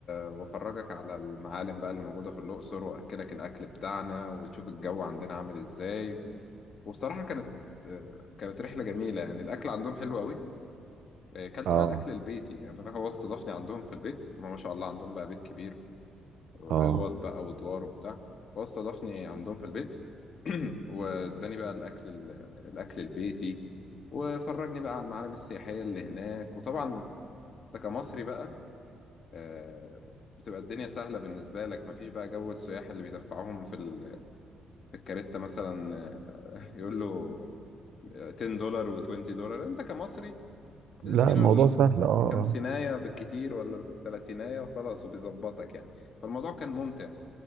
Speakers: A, on the left (about 55°); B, on the right (about 75°).
A: وافرجك على المعالم بقى اللي موجوده في الاقصر واكلك الاكل بتاعنا وتشوف الجو عندنا عامل ازاي وبصراحه كانت آه، كانت رحله جميله يعني الاكل عندهم حلو قوي آه، كلت
B: اه
A: بقى الاكل البيتي يعني انا هو استضافني عندهم في البيت ما ما شاء الله عندهم بقى بيت كبير واوض
B: اه
A: بقى ودوار وبتاع هو استضافني عندهم في البيت <clears throat> واداني بقى الاكل ال- الاكل البيتي وفرجني بقى على المعالم السياحيه اللي هناك وطبعا انت كمصري بقى آه، بتبقى الدنيا سهله بالنسبه لك مفيش بقى جو السياح اللي بيدفعوهم في ال- في الكارته مثلا آه، <laughs> يقول له 10 دولار و20 دولار انت كمصري
B: لا
A: بتديله
B: الموضوع سهل اه
A: الخمسيناية
B: اه
A: بالكتير ولا التلاتيناية وخلاص وبيظبطك يعني فالموضوع كان ممتع